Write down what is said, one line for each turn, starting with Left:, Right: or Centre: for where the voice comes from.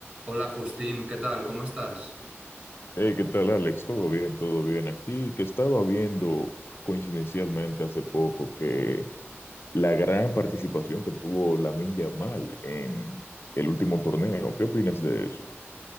Right: Hola Justín, ¿qué tal? ¿Cómo estás?
Left: Hey, ¿qué tal, Alex? ¿Todo bien? ¿Todo bien aquí? Que estaba viendo coincidencialmente hace poco que la gran participación que tuvo Lamine Yamal en el último torneo. ¿Qué opinas de eso?